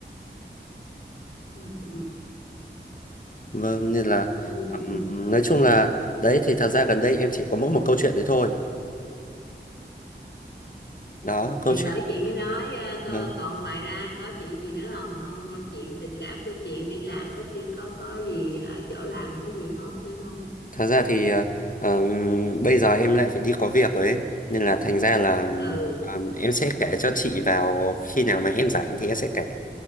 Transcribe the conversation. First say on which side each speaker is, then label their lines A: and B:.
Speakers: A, on the left (about 70°); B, on the left (about 45°).
A: ừ, ừ,
B: Vâng, nên là
A: ừ,
B: ừm,
A: ừ.
B: nói chung là đấy thì thật ra gần đây em chỉ có mỗi một câu chuyện đấy thôi. Đó, câu
A: thì
B: chuyện.
A: bởi chị mới nói ờ, co-
B: Vâng.
A: còn ngoài ra có chuyện gì nữa không không ờ, chuyện tình cảm có chuyện đi làm có chi- có có gì ở chỗ làm có gì hốt nữa không
B: Thật ra thì ờ, ừm, bây giờ em lại phải đi có việc rồi ấy. Nên là thành ra là
A: ừ
B: ừm, em sẽ kể cho chị vào khi nào mà em rảnh thì em sẽ kể.